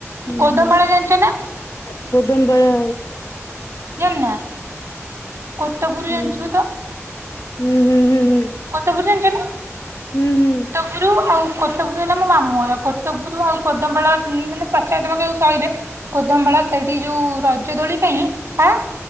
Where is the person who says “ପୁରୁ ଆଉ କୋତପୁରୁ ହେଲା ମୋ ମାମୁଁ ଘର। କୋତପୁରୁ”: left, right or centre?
Right